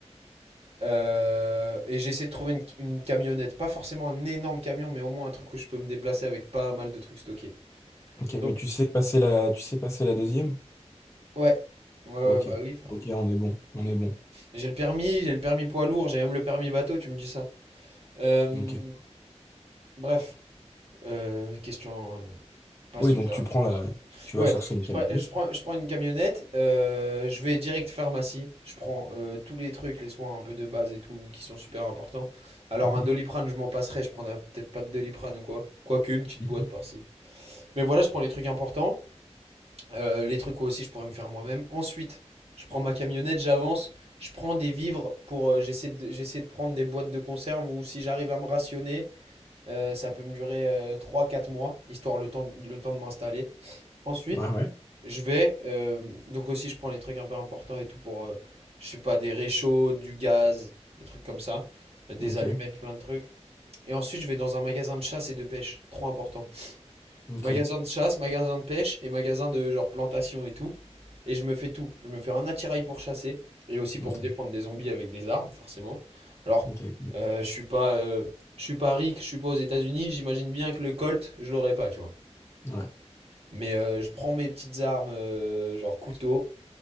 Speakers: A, on the right; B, on the left.
A: Euh, et j'ai essayé de trouver une, une camionnette, pas forcément un énorme camion, mais au moins un truc où je peux me déplacer avec pas mal de trucs stockés.
B: Ok, mais
A: Donc,
B: tu sais passer la... Tu sais passer la deuxième?
A: ouais. Ouais, ouais,
B: Ok.
A: bah oui, frère.
B: Ok, on est bon. On est bon.
A: J'ai le permis, j'ai le permis poids lourd, j'ai même le permis bateau, tu me dis ça. Euh,
B: Ok.
A: bref, euh, question euh, pas
B: Oui,
A: super.
B: donc tu prends la, tu
A: Ouais,
B: vas chercher une
A: je,
B: camionnette.
A: prends, je prends- je prends une camionnette, euh, je vais direct pharmacie, je prends euh, tous les trucs, les soins un peu de base et tout, qui sont super importants. Alors
B: Mhm,
A: un Doliprane, je m'en passerai, je prendrai peut-être pas de Doliprane ou quoi. Quoique une petite
B: mhm.
A: boîte par-ci. Mais voilà, je prends les trucs importants, euh, les trucs où aussi je pourrais me faire moi-même. Ensuite, je prends ma camionnette, j'avance, je prends des vivres pour. euh, j'essaie de, j'essaie de prendre des boîtes de conserve ou si j'arrive à me rationner, euh, ça peut me durer euh, trois quatre mois, histoire le temps, le temps de m'installer. Ensuite,
B: Ouais, ouais.
A: je vais. euh, donc aussi, je prends les trucs un peu importants et tout pour. euh, je sais pas, des réchauds, du gaz, des trucs comme ça, euh, des
B: Ok,
A: allumettes, plein de trucs. Et ensuite, je vais dans un magasin de chasse et de pêche, trop important.
B: ok,
A: Magasin de chasse, magasin de pêche et magasin de genre plantation et tout. Et je me fais tout. Je me fais un attirail pour chasser et aussi pour
B: ok,
A: me défendre des zombies avec des armes, forcément. Alors,
B: ok.
A: euh, je suis pas, euh, je suis pas ric, je suis pas aux États-Unis. J'imagine bien que le Colt, je l'aurais pas, tu vois.
B: Ouais,
A: Mais euh, je prends mes petites armes, euh, genre couteau,